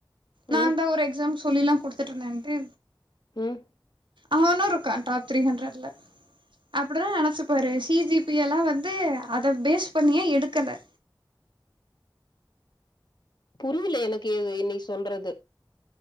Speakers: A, on the right; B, on the left.
A: நாந்தா
B: ம்,
A: ஒரு எக்ஸாம் சொல்லிலா குடுத்துட்ருந்தேன்ட்டு
B: ம்
A: அவனு இருக்கா டாப் தீரீ ஹண்ரட்லா அப்புடிலா நெனச்சு பாரு சிஜிபியலா வந்து அத பேஸ் பண்ணியே எடுக்கல
B: புரியிலா எனக்கு ஏது இன்னி சொல்றது